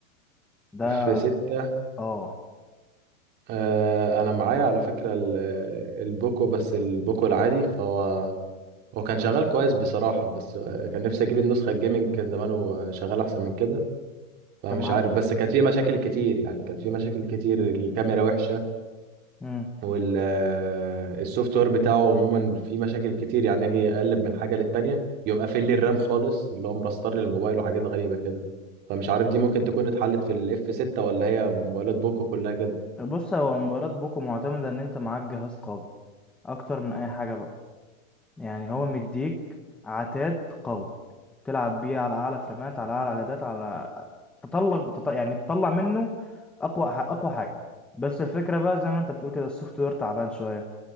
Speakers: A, in the centre; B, on the right.
A: ده
B: في 6
A: اه
B: آه، انا معايا على فكرة ال- البوكو بس البوكو العادي فهو هو كان شغال كويس بصراحة بس آه، كان نفسي اجيب النسخة الجيمنج كان زمانه شغال احسن من كده فمش
A: انت
B: عارف بس كان فيه مشاكل كتير يعني كان فيه مشاكل كتير الكاميرا وحشة
A: معاك
B: والسوفت وير بتاعه عموما فيه مشاكل كتير يعني اجي اقلب من حاجة للتانية يقوم قافل لي الرام خالص اللي هو مرستر الموبايل وحاجات غريبة كده فمش عارف دي ممكن تكون اتحلت في الاف 6 ولا هي من موبايلات بوكو كلها كده
A: بص هو مباراة بوكو معتمدة ان انت معاك جهاز قوي اكتر من اي حاجة بقى يعني هو مديك عتاد قوي تلعب بيه على اعلى فريمات على اعلى عدادات على تطلع تط... يعني تطلع منه اقوى ح... اقوى حاجة بس الفكرة بقى زي ما انت بتقول كده السوفت وير تعبان شوية